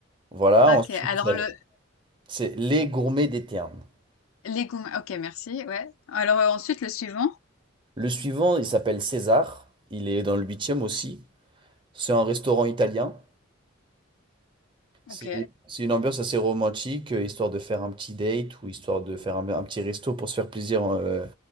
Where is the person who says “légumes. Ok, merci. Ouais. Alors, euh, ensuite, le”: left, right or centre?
Left